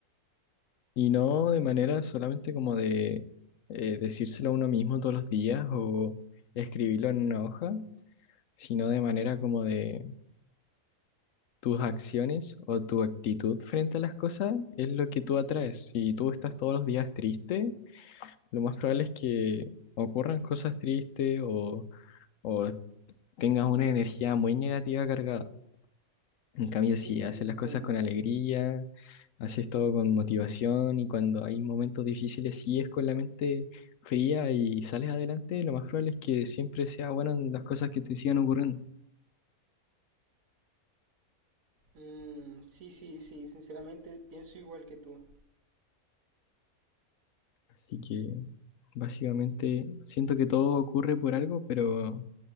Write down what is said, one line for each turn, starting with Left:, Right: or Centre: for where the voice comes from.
Left: y no de manera solamente como de eh, decírselo a uno mismo todos los días o escribirlo en una hoja, sino de manera como de Tus acciones o tu actitud frente a las cosas es lo que tú atraes. Si tú estás todos los días triste, lo más probable es que ocurran cosas tristes o, o tengas una energía muy negativa cargada. En cambio,
Right: Sí,
Left: si
Right: sí,
Left: haces
Right: te entiendo.
Left: las cosas con alegría, haces todo con motivación y cuando hay momentos difíciles sigues con la mente fría y sales adelante, lo más probable es que siempre sea bueno en las cosas que te sigan ocurriendo.
Right: Mm, sí, sí, sí, sinceramente pienso igual que tú.
Left: Así que básicamente siento que todo ocurre por algo, pero